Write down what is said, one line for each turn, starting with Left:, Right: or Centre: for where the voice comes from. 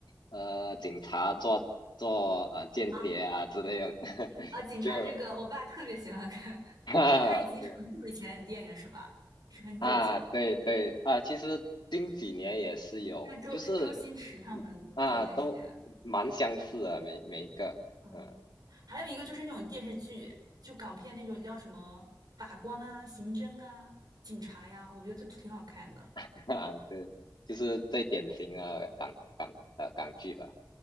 Left: 呃警察做做呃间谍啊之类的，
Right: 啊
Left: <laughs>
Right: 啊？警察这个，
Left: 就
Right: 我爸特别喜欢看，<laughs>
Left: <laughs> 啊对
Right: 就他已经是很久以前的电影了是吧？是很久以前的了。
Left: 啊对对啊，其实近几年也是有，
Right: 那周周星驰他们的那些，
Left: 就是嗯啊都蛮相似的每每一个嗯
Right: 嗯，还有一个就是那种电视剧，就港片那种叫什么法官啊、刑侦啊、警察呀，我觉得都挺好看的。
Left: <laughs> 啊对，就是最典型的港港呃港剧吧，